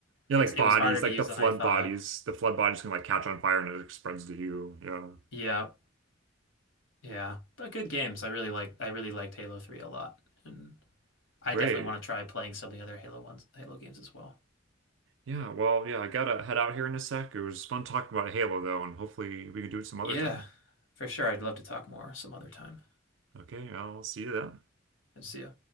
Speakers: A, on the right (about 70°); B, on the left (about 85°).
A: yeah,
B: it's
A: like
B: it
A: bodies,
B: was harder to
A: like
B: use
A: the Flood
B: than I thought.
A: bodies. The Flood bodies can like catch on fire and it spreads to you. Yeah,
B: Yeah. Yeah, but good games. I really like I really liked Halo 3 a lot. And I
A: great.
B: definitely want to try playing some of the other Halo ones, Halo games as well.
A: Yeah, well, yeah, I gotta head out here in a sec. It was fun talking about Halo though, and hopefully we can do it some
B: Yeah,
A: other time.
B: for sure. I'd love to talk more some other time.
A: Okay, I'll see you then.
B: See ya.